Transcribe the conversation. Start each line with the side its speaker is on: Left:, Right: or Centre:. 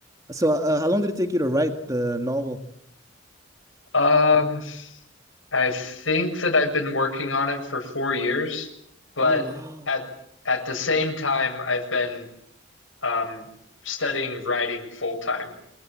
Right: So, uh, how long did it take you to write the novel?
Left: Um, I think that I've been working on it for four years, but
Right: Oh, wow.
Left: at at the same time, I've been um, studying writing full time.